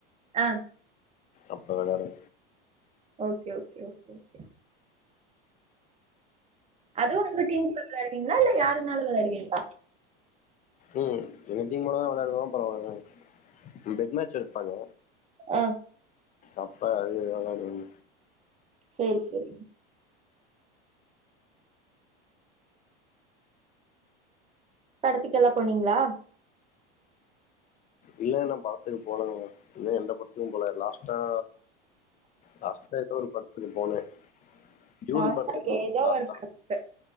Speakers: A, on the right; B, on the left.
A: அ
B: அப்ப வெளாடுவ
A: ஓகே ஓகே ஓகே ஓகே அதுவு உங்க டீமுக்குதா வெளையாடுவிங்ளா இல்ல யாரு வேனாலு வெளையாடுவிங்ளா
B: ம் எங்க டீம் மட்டுந்தா வெளையாடுவோ அப்ற அவனுக பெட் மேட்ச் வெப்பாங்க
A: அ
B: அப்ப அது வெளாடுவங்க
A: செரி செரி படத்துக்கெல்லா போனிங்ளா
B: இல்ல இன்னு படத்துக்கு போகலங்க இன்னு எந்த படத்துக்கு போல லாஸ்ட் அ லாஸ்ட்டா எதோ ஒரு படத் துக்கு போனே டியூடு
A: லாஸ்ட்டா
B: படத்துக்கு
A: ஏதோ
B: போனே லாஸ்ட்டா
A: ஒரு படத்துக்கு